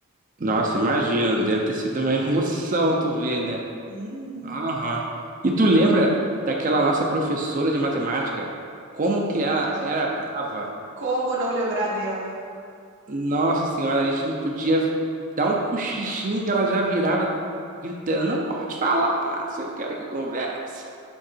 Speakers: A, on the right; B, on the right.
A: Nossa, imagina, deve ter sido uma <laughs> emoção tu ver, né?
B: Uhum.
A: Aham. E tu lembra daquela nossa professora de matemática? Como que ela
B: É.
A: era brava?
B: Como não lembrar dela?
A: Nossa senhora, a gente não podia dar um cochichinho que ela já virava gritando, não pode falar, você quer que converse.